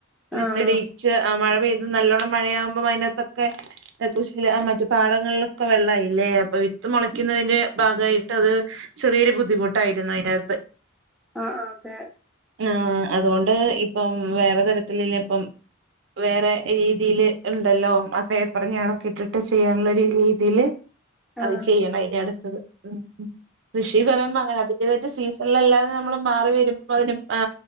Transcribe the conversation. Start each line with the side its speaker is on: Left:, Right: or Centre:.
Right: വിത്തിടീച്ച്
Centre: ആഹ്
Right: മഴ അത് നല്ലോണം മഴയാവുമ്പോ അതിനാത്തൊക്കെ കുശ മറ്റ് പാടങ്ങളിലൊക്കെ വെള്ളായില്ലേ അപ്പൊ വിത്ത് മുളക്കുന്നതിന് ഭാഗായിട്ട് അത് ചെറിയൊരു ബുദ്ധിമുട്ടായിരുന്നു അതിനാത്ത്
Centre: ആഹ് അതെ
Right: ആ അതുകൊണ്ട് ഇപ്പം വേറെ തരത്തിലില്ലെ ഇപ്പം വേറെ രീതില് ഇണ്ടല്ലോ ആ പേപ്പർ ഞാണൊക്കെ ഇട്ടിട്ട് ചെയ്യാനുള്ള ഒരു രീതിയില് അത്
Centre: ആഹ്
Right: ചെയ്യണ ഇബ്ടെ ത്തത് ഉം കൃഷി പറിയുമ്പോ അങ്ങനെ അതിന്റേതായിട്ട് സീസണിലല്ലാതെ നമ്മൾ മാറി വെര്മ്പോ അതിന് ആ